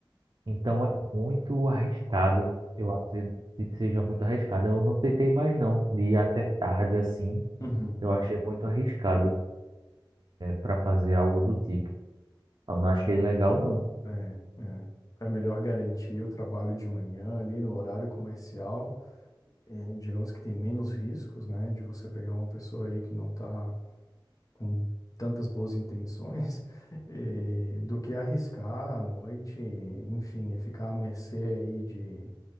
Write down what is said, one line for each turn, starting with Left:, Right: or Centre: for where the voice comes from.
Right: Então é muito arriscado. Eu acredito que seja muito arriscado. Eu não tentei mais não, de ir até tarde assim.
Left: Uhum.
Right: Eu achei muito arriscado para fazer algo do tipo. Eu não achei legal não,
Left: É, é. É melhor garantir o trabalho de manhã ali no horário comercial. E digamos que tem menos riscos, né, de você pegar uma pessoa aí que não tá com tantas boas intenções, <laughs> e do que arriscar à noite, enfim, e ficar à mercê aí de